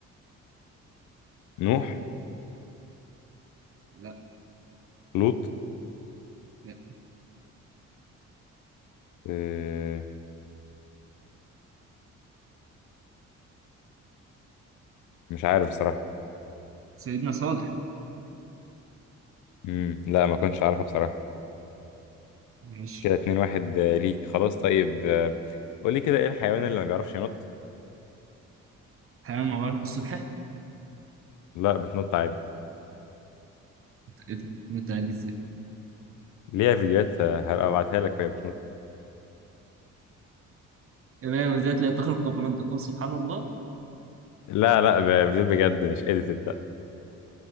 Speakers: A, on the left; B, on the right.
A: نوح
B: لا
A: لوط
B: لا
A: آه، مش عارف بصراحة
B: سيدنا صالح
A: مم، لا ما كنتش عارفها بصراحة
B: ماشي
A: كده اتنين واحد آه، ليك خلاص طيب آه، قولي كده ايه الحيوان اللي ما بيعرفش ينط
B: حيوان موارد السلحفاة
A: لا بتنط عادي
B: إيه ده؟ إيه ده؟ إزاي؟
A: ليها فيديوهات آه، هبقى ابعتها لك وهي بتنط
B: إيه ده؟ إزاي تلاقي تخرج قبل أن تقول سبحان الله
A: لا لا ب- فيديو بجد مش اديتد لا